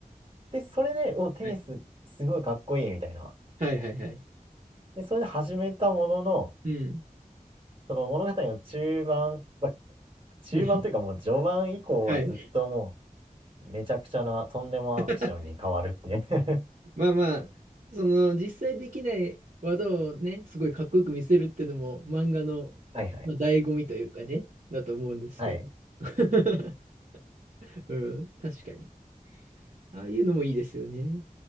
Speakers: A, on the right; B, on the right.
A: で、それで、お、テニスすごいかっこいいみたいな。
B: はい。はいはいはい。
A: で、それで始めたものの、
B: うん。
A: その物語の中盤、ま中盤というかもう序盤以降はずっとも
B: うん <laughs> はい。
A: うめちゃくちゃなとんでもアクションに変わるっていう
B: <laughs>
A: <laughs>
B: まあまあ、その、実際できない技をね、すごいかっこよく見せるっていうのも、漫画の、
A: はいはい。
B: まあ、醍醐味というかね、だと思うんですけど。
A: はい。
B: <laughs> うん、確かに。ああいうのもいいですよね。